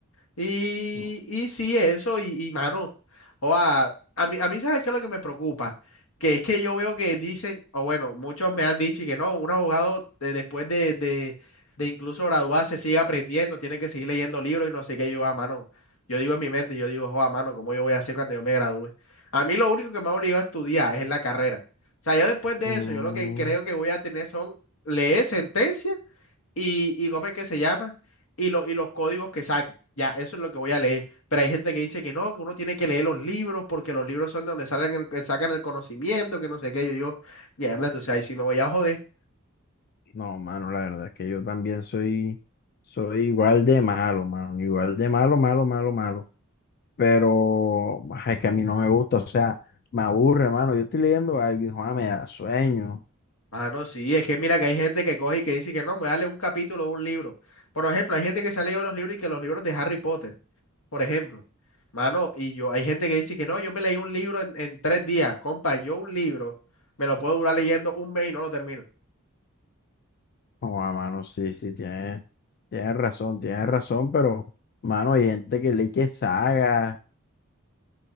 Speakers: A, on the left; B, on the left.
A: Y,
B: No.
A: y sí, eso, y, y, mano, o a, a mí, a mí, ¿sabes qué es lo que me preocupa? Que es que yo veo que dicen, o bueno, muchos me han dicho y que no, un abogado eh, después de, de, de incluso graduarse sigue aprendiendo, tiene que seguir leyendo libros y no sé qué, yo, a mano, yo digo en mi mente, yo digo, a mano, ¿cómo yo voy a hacer cuando yo me gradúe? A mí lo único que me ha obligado a estudiar es la carrera. O sea, yo después de
B: Mm,
A: eso, yo lo que creo que voy a tener son leer sentencias y, y cómo es que se llama y, lo- y los códigos que saquen. Ya, eso es lo que voy a leer. Pero hay gente que dice que no, que uno tiene que leer los libros porque los libros son de donde salen el- que sacan el conocimiento, que no sé qué. Yo digo, mierda, entonces ahí sí me voy a joder.
B: no, mano, la verdad es que yo también soy, soy igual de malo, mano. Igual de malo, malo, malo, malo. Pero ah, es que a mí no me gusta, o sea, me aburre, mano. Yo estoy leyendo algo y joda, me da sueño.
A: Ah, no, sí, es que mira que hay gente que coge y que dice que no, me voy a leer un capítulo de un libro. Por ejemplo, hay gente que se ha leído los libros y que los libros de Harry Potter, por ejemplo. Mano, y yo, hay gente que dice que no, yo me leí un libro en, en tres días. Compa, yo un libro me lo puedo durar leyendo un mes y no lo termino.
B: Joda, mano, sí, sí, tienes, tienes razón, tienes razón, pero, mano, hay gente que lee que sagas.